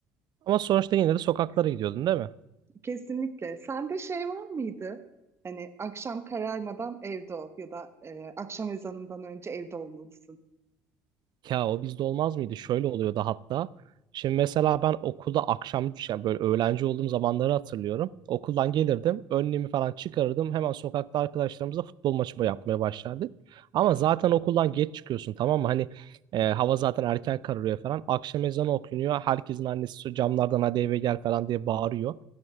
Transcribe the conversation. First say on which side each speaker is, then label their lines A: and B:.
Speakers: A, on the right (about 50°); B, on the right (about 25°).
A: Ama sonuçta yine de sokaklara gidiyordun, değil mi?
B: Kesinlikle. Sende şey var mıydı? Hani akşam kararmadan evde ol ya da e, akşam ezanından önce evde olmalısın.
A: Ya o bizde olmaz mıydı? Şöyle oluyordu hatta. Şimdi mesela ben okulda akşam yani böyle öğlenci olduğum zamanları hatırlıyorum. Okuldan gelirdim. Önlüğümü falan çıkarırdım. Hemen sokakta arkadaşlarımızla futbol maçı yapmaya başlardık. Ama zaten okuldan geç çıkıyorsun tamam mı? Hani e, hava zaten erken kararıyor falan. Akşam ezanı okunuyor. Herkesin annesi camlardan hadi eve gel falan diye bağırıyor.